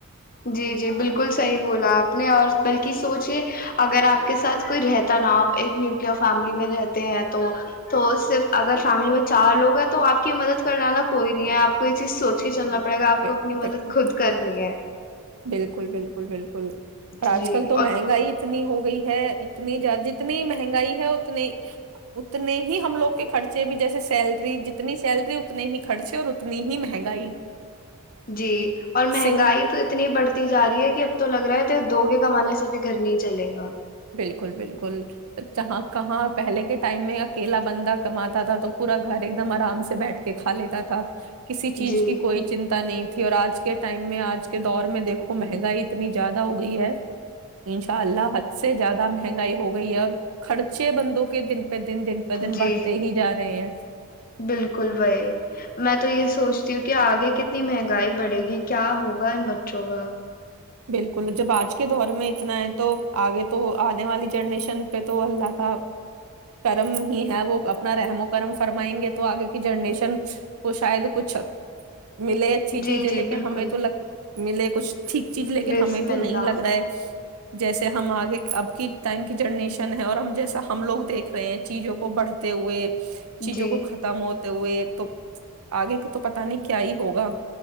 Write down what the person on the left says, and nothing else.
جی جی بالکل صحیح بولا آپ نے اور بلکہ کہ سوچے اگر آپ کے ساتھ کوئی رہتا نا آپ ایک نیوکلیئر فیملی میں رہتے ہیں تو تو صرف اگر فیملی میں چار لوگ ہیں تو آپ کی مدد کرنے والا کوئی نہیں ہے آپ کو یہ چیز سوچ کے چلنا پڑے گا آپ
کو اپنی مدد
خود کرنی ہے
جی
اور
جی اور مہنگائی
تو اتنی بڑھتی جا رہی ہے کہ اب تو لگ رہا ہے یہ دو کے کمانے سے بھی گھر نہیں چلے گا
جی
جی
بالکل بھی میں تو یہ سوچتی ہوں کہ آگے کتنے اتنی مہنگائی بڑھے گی کیا ہوگا ان بچوں کا
جی
جی
بالکل
بسم
اللہ
جی